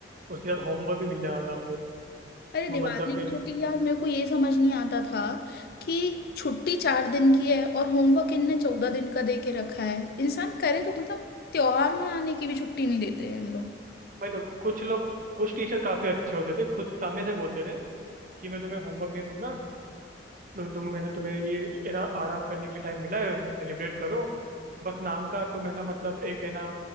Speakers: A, on the right (about 45°); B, on the left (about 55°).
A: उसके साथ होमवर्क भी मिल जाता था हम लोग को।
B: अरे
A: तो
B: दिवाली
A: मतलब फिर
B: की छुट्टी यार मेरे को ये समझ नहीं आता था कि छुट्टी चार दिन की है और होमवर्क इनने चौदह दिन का दे के रखा है इंसान करे तो मतलब त्योहार मनाने की भी छुट्टी नहीं देते हैं इन लोग
A: भाई तो कुछ लोग कुछ टीचर काफी अच्छे होते थे खुद सामने से बोलते थे कि मैं तुम्हें होमवर्क नहीं दूंगा तुम तुम मैंने तुम्हें ये है ना आराम करने के लिए टाइम मिला है सेलिब्रेट करो बस नाम का तुम है ना मतलब एक है ना